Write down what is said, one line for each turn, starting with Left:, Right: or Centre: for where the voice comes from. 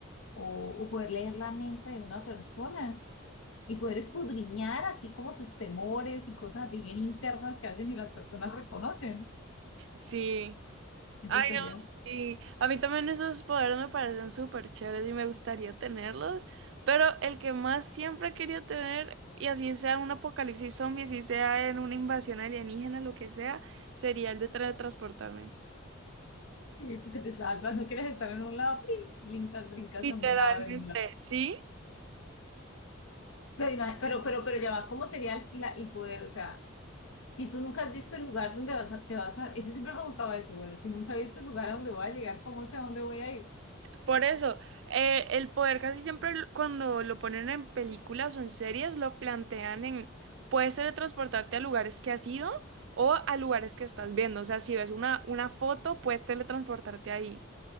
Left: o, o poder leer la mente de una persona y poder escudriñar así como sus temores y cosas así bien internas que hacen y las personas reconocen.
Right: Sí.
Left: Eso
Right: Ay,
Left: sería
Right: no, sí. A mí también esos poderes me parecen súper chéveres y me gustaría tenerlos, pero el que más siempre he querido tener, y así sea un apocalipsis zombie, así sea en una invasión alienígena, lo que sea, sería el de teletransportarme.
Left: Sí, porque te salvas, no quieres estar en un lado, ¡plin! brincas, brincas
Right: Literalmente,
Left: a un lado, de un lado.
Right: sí.
Left: Pero, ima- pero, pero, pero ya va, ¿cómo sería el, la- el poder? O sea, si tú nunca has visto el lugar donde vas a- te vas a... Yo siempre me preguntaba eso, bueno, si nunca he visto el lugar a donde voy a llegar, ¿cómo sé a dónde voy a ir?
Right: Por eso, eh, el poder casi siempre l- cuando lo ponen en películas o en series, lo plantean en, puedes teletransportarte a lugares que has ido o a lugares que estás viendo. O sea, si ves una, una foto, puedes teletransportarte ahí.